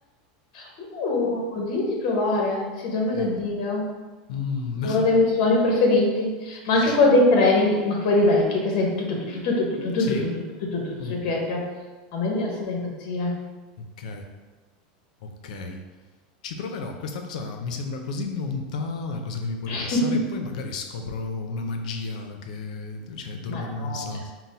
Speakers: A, on the left; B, on the left.
A: Uh, di provare, si dorme
B: <laughs> sì.
A: da Dio,
B: Mm,
A: è
B: no.
A: uno dei miei suoni preferiti,
B: <laughs>
A: ma anche quello dei treni, ti- ma quelli vecchi che senti tutto tutto tutto tutto tutto
B: Sì.
A: tutto tutto tutto tutto, sulle
B: Mm,
A: pietre, a me rilassa da impazzire.
B: Ok, ok. Ci proverò. Questa cosa mi sembra così lontana dalla cosa che mi può rilassare.
A: <laughs>
B: e Poi magari scopro una magia che cioè, dormo
A: Ma
B: come
A: no,
B: un sasso.
A: cioè,